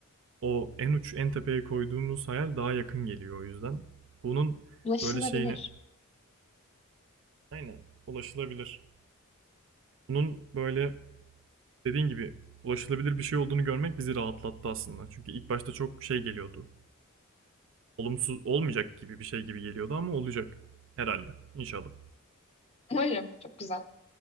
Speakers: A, on the right; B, on the left.
A: o en uç en tepeye koyduğumuz hayal daha yakın geliyor o yüzden. Bunun
B: Ulaşılabilir.
A: böyle şeyine aynen ulaşılabilir. Bunun böyle dediğin gibi ulaşılabilir bir şey olduğunu görmek bizi rahatlattı aslında. Çünkü ilk başta çok şey geliyordu. Olumsuz olmayacak gibi bir şey gibi geliyordu ama olacak herhalde inşallah.
B: Umarım. Çok güzel.